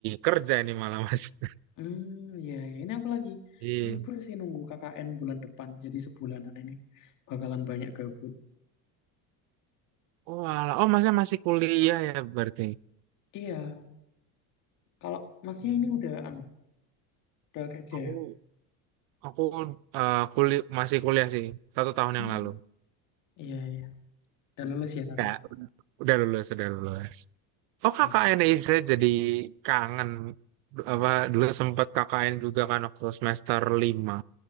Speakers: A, on the right; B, on the left.
A: kerja ini malah, Mas. <laughs>
B: Hmm, ya, ya. Ini aku lagi
A: Iya.
B: libur sih nunggu KKN bulan depan. Jadi sebulanan ini bakalan banyak gabut.
A: Oh, alah. Oh, masnya masih kuliah ya berarti?
B: Iya, kalau masnya
A: Hmm,
B: ini udah, anu, udah kerja
A: Aku
B: ya?
A: aku eh, kuliah masih kuliah sih. Satu tahun
B: Hmm,
A: yang lalu.
B: iya, iya. Udah lulus ya tapi?
A: Ya, udah lulus, udah lulus. Oh, KKN
B: Wih,
A: ya, saya jadi kangen. Du- Apa, dulu sempat KKN juga kan waktu semester 5